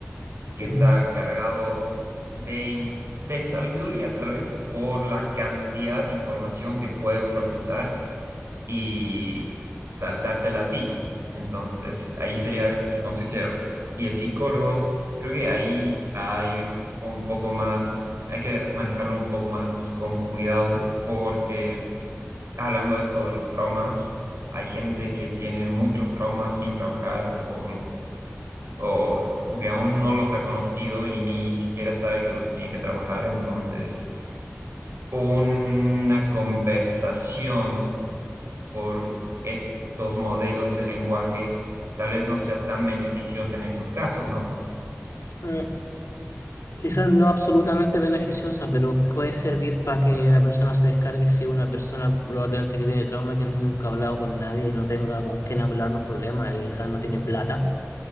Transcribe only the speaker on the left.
Ujú.
Eh, quizás no absolutamente beneficiosa, pero puede servir para que la persona se descargue si es una persona probablemente que tiene trauma, que nunca ha hablado con nadie y no tenga con quién hablar los problemas y quizás no tiene plata.